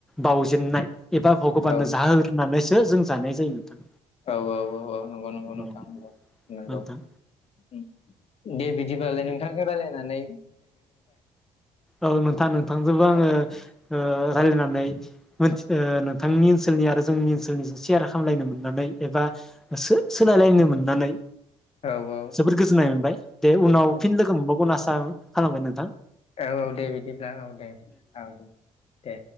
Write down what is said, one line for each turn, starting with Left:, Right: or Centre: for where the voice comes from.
Centre: बावजेननाय एबा भगबाननो
Left: औ
Centre: जाहोग्रोनानैसो जों जानाय जायो नोंथां
Left: औ औ औ औ नंगौ
Centre: औ।
Left: <unintelligible> नंगौ
Centre: नोंथां
Left: उम दे बिदिबालाय नोंथांदो रायलायनानै
Centre: औ नोंथां नोंथांजोंबो आङो
Left: औ
Centre: ओ रायलायनानै मोन ओ नोंथांनि ओनसोलनि आरो जोंनि ओनसोलनि सेयार खालामलायनो मोननानै एबा सो-सोलायलायनो मोननानै
Left: औ औ
Centre: जोबोद गोजोननाय मोनबाय दे उनाव
Left: औ
Centre: फिन लोगो मोनबावगोन आसा खालामबाय नों
Left: औ दे बिदिब्ला औ दे औ दे दे